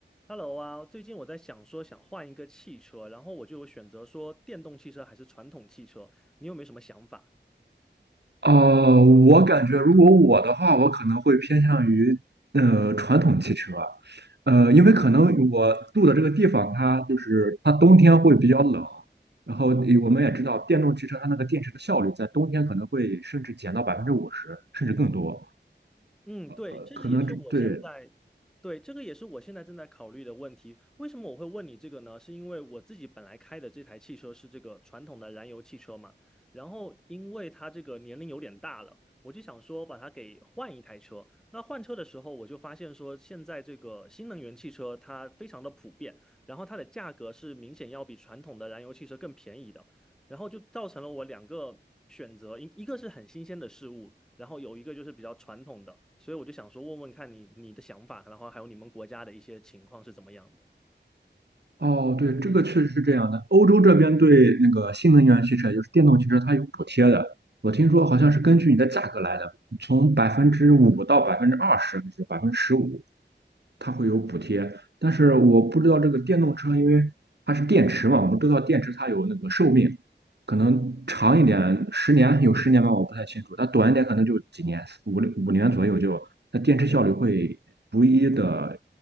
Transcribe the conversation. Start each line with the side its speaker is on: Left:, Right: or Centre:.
Centre: Hello 啊，最近我在想说想换一个汽车，然后我就有选择说电动汽车还是传统汽车，你有没有什么想法？
Right: 呃，我感觉如果我的话，我可能会偏向于呃传统汽车，呃，因为可能我住的这个地方，它就是它冬天会比较冷，然后呃我们也知道电动汽车它那个电池的效率在冬天可能会甚至减到百分之五十，甚至更多，
Centre: 嗯，对，
Right: 呃可能这对。
Centre: 这个也是我现在，对，这个也是我现在正在考虑的问题。为什么我会问你这个呢？是因为我自己本来开的这台汽车是这个传统的燃油汽车嘛，然后因为它这个年龄有点大了，我就想说把它给换一台车。那换车的时候，我就发现说现在这个新能源汽车它非常的普遍，然后它的价格是明显要比传统的燃油汽车更便宜的。然后就造成了我两个选择，一一个是很新鲜的事物，然后有一个就是比较传统的，所以我就想说问问看你你的想法，然后还有你们国家的一些情况是怎么样的。
Right: 哦，对，这个确实是这样的。欧洲这边对那个新能源汽车，也就是电动汽车，它有补贴的。我听说好像是根据你的价格来的，从百分之五到百分之二十，还是百分之十五。它会有补贴，但是我不知道这个电动车，因为它是电池嘛，我们知道电池它有那个寿命，可能长一点十年有十年吧，我不太清楚，它短一点可能就几年，五六五年左右就，那电池效率会逐一的